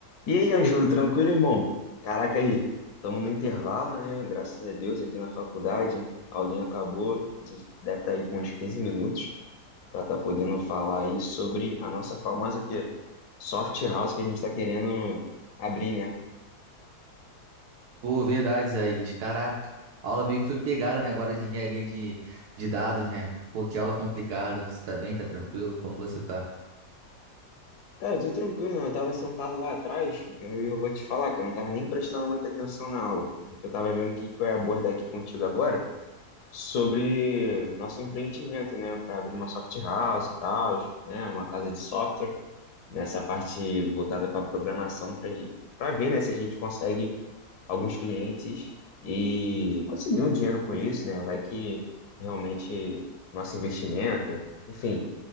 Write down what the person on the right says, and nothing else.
Pô, verdade, Isaías. Caraca, a aula meio que foi pegada, né, agora de engenharia de, de dados, né? Pô, que aula complicada. Você tá bem? Tá tranquilo? Como você tá?